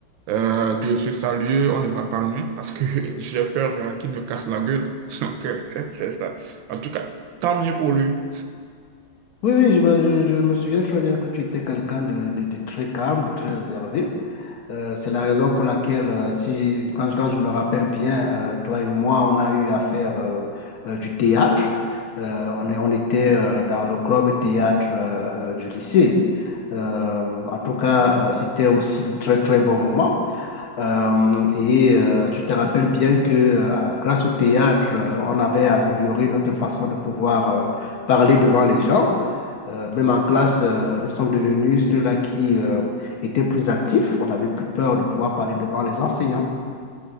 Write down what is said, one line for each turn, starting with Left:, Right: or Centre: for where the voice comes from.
Right: euh, de se saluer, on ne va pas loin parce que <laughs> j'ai peur euh, qu'il me casse la gueule. <laughs> Donc, euh, <laughs> c'est ça. En tout cas, tant mieux pour lui.
Left: Oui, oui, je me, je- je me souviens très bien que tu étais quelqu'un de, de- de très calme, de très réservé. Euh, c'est la raison pour laquelle, euh, si, quand, je- quand je me rappelle bien, euh, toi et moi, on a eu à faire euh, euh, du théâtre. Euh, on est, on était euh, dans le club théâtre euh, euh, du lycée. Euh, en tout cas, euh, c'était aussi de très, très bons moments. Euh, et euh, tu te rappelles bien que euh, grâce au théâtre, euh, on avait amélioré notre façon de pouvoir euh, parler devant les gens. Euh, même en classe, euh, nous sommes devenus ceux-là qui euh, étaient plus actifs. On n'avait plus peur de pouvoir parler devant les enseignants.